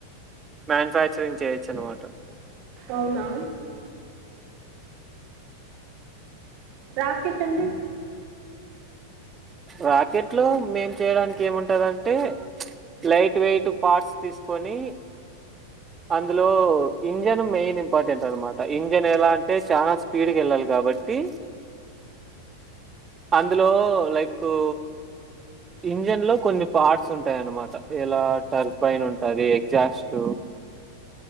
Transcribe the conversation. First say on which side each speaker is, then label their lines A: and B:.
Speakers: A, on the right (about 20°); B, on the right (about 40°).
A: మ్యానుఫ్యాక్చరింగ్ చేయొచ్చు అనమాట
B: అవునా రాకెట్ అండి
A: రాకెట్ లో మేం చెయ్యడానికి ఏముంటాదంటే లైట్ వెయిట్ పార్ట్స్ తీసుకొని అందులో ఇంజన్ మెయిన్ ఇంపార్టెంట్ అనమాట ఇంజన్ ఎలా అంటే చానా పీరు వెళ్ళాలి కాబట్టి అందులో లైకు ఇంజన్ లో కొన్ని పార్ట్స్ ఉంటాయన్నమాట ఎలా టర్బైన్ ఉంటాది ఎగ్జాస్ట్